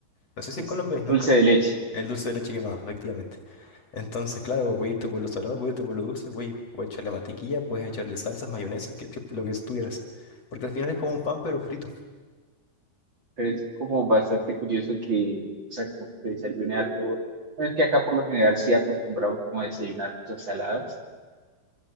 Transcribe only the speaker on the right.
es
dulce
de leche.
pero es como bastante curioso que, o sea, como que desayune algo, bueno, es que acá por lo general sí acostumbramos como a desayunar cosas saladas,